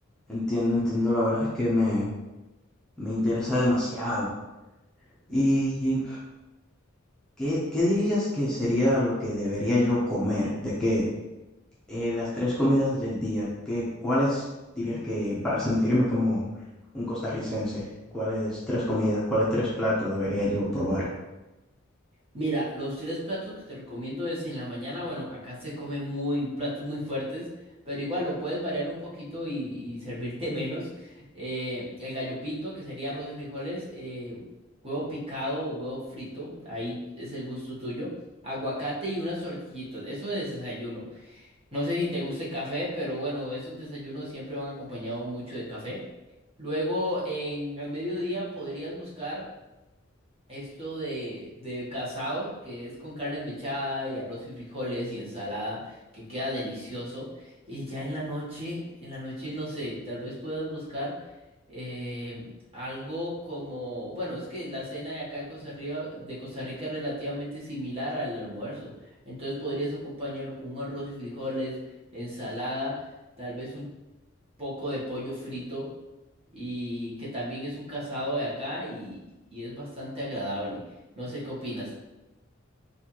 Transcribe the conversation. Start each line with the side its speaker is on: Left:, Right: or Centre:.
Centre: entiendo, entiendo, la verdad es que me, me interesa demasiado. y ¿Qué, qué dirías que sería lo que debería yo comer? De que eh, las tres comidas del día, ¿qué, cuáles dirías que para sentirme como un costarricense, cuáles tres comidas, cuáles tres platos debería yo probar?
Right: Mira, los tres platos que te recomiendo es en la mañana, bueno, acá se come muy platos muy fuertes, pero igual lo puedes variar un poquito y, y servirte <laughs> menos. Eh, el gallo pinto, que sería arroz y frijoles, eh, huevo picado o huevo frito, ahí es el gusto tuyo. Aguacate y unas tortillitas, eso de desayuno. No sé si te gusta el café, pero bueno, esos desayunos siempre van acompañados mucho de café. Luego, en al mediodía podrías buscar esto de, de casado, que es con carne mechada y arroz y frijoles y ensalada, que queda delicioso. Y ya en la noche, en la noche, no sé, tal vez puedas buscar eh, algo como, bueno, es que la cena de acá de Costa Rica, de Costa Rica es relativamente similar al almuerzo. Entonces podrías acompañarlo con un arroz y frijoles, ensalada, tal vez un poco de pollo frito y que también es un casado de acá y, y es bastante agradable. No sé qué opinas.